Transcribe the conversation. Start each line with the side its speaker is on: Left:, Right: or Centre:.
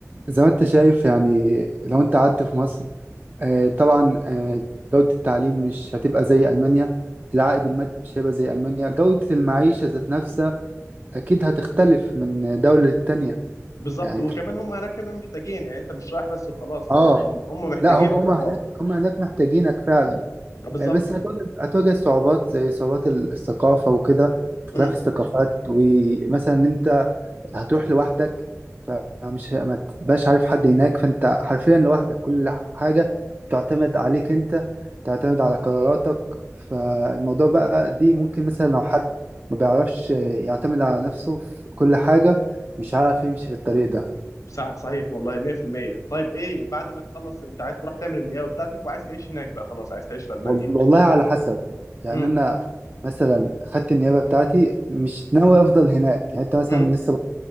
Right: زي ما أنت شايف يعني لو أنت قعدت في مصر آه، طبعا آه، جودة التعليم مش هتبقى زي ألمانيا العائد المادي مش هيبقى زي ألمانيا جودة المعيشة ذات نفسها أكيد هتختلف من دولة للتانية
Left: بالظبط
Right: يعني
Left: وكمان
Right: أنت-
Left: هم هناك كمان محتاجين يعني انت مش رايح بس وخلاص
Right: آه
Left: لا انت هم هم محتاجين
Right: لا هم هم
Left: اطباء
Right: هناك هم هناك محتاجينك فعلا
Left: بالظبط
Right: آه، بس هتواجه هتواجه صعوبات زي صعوبات ال- الثقافة وكده اختلاف
Left: امم
Right: الثقافات ومثلا إن أنت هتروح لوحدك فمش ما تبقاش عارف حد هناك فانت حرفيا لوحدك كل حاجة بتعتمد عليك انت تعتمد على قراراتك فالموضوع بقى دي ممكن مثلا لو حد ما بيعرفش يعتمد على نفسه في كل حاجة مش عارف يمشي في الطريق ده
Left: صح- صحيح والله 100% طيب ايه بعد ما تخلص انت عايز تروح تعمل النيابه بتاعتك وعايز تعيش هناك بقى خلاص عايز تعيش في المانيا
Right: وال-
Left: يعني
Right: والله على حسب يعني
Left: امم
Right: انا مثلا خدت النيابة بتاعتي مش ناوي افضل هناك يعني انت مثلا
Left: امم
Right: لسه